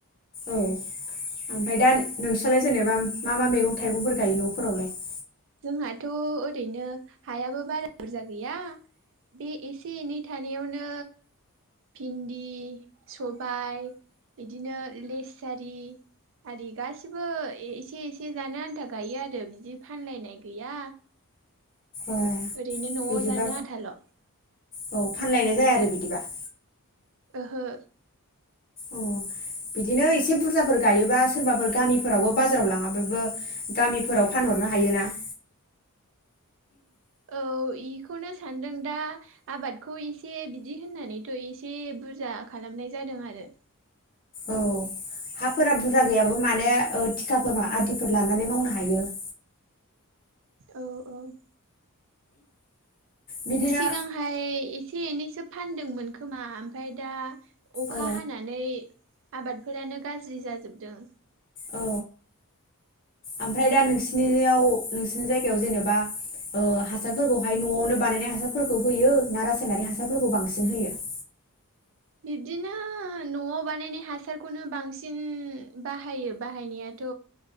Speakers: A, on the left (about 40°); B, on the right (about 60°).
A: औ ओमफ्राय दा नोंस्रालाय जेनेबा मा मा मैगं थाइगंफोर गायो न'फोरावलाय? <inaudible>
B: जोंहाथ' ओरैनो हायाबो बारा बुरजा गैया। बे एसे एनै थानायावनो भिन्दि सबाइ बिदिनो लेसारि आरि गासिबो एसे एसे जानो आन्था गायो आरो बिदि फानलायनाय गैया।
A: ए
B: ओरैनो न'आव
A: बिदिबा
B: जानो आधाल'।
A: औ फानलायनाय जाया आरो बिदिबा। <inaudible>
B: ओहो।
A: अ बिदिनो एसे बुरजाफोर गायोबा सोरबाफोर गामिफोरावबो बाजाराव लाङाबाबो गामिफोराव फानहरनो हायोना <inaudible>
B: औ इखौनो सानदों दा आफादखौ एसे बिदि होननानैथ' एसे बुरजा खालामनाय जादों आरो।
A: औ हाफोरा बुरजा गैयाबाबो माने थिखाफोर आदिफोर लानानै मावनो हायो। <inaudible>
B: औ औ।
A: बिदिनो
B: सिगांहाय एसे एनैसो फानदोंमोन खोमा ओमफ्राय दा अखा
A: औ
B: हानानै आबादफोरानो गाज्रि जाजोबदों।
A: औ ओमफ्राय दा नोंसिनियाव नोंसिनि जायगायाव जेनेबा हासारफोरखौहाय न'आवनो बानायनाय हासारफोरखौ होयो ना रासायनारि हासारफोरखौ बांसिन होयो <inaudible>
B: बिब्दिनो न'आव बानायनाय हासारखौनो बांसिन बाहायो बाहायनायाथ'।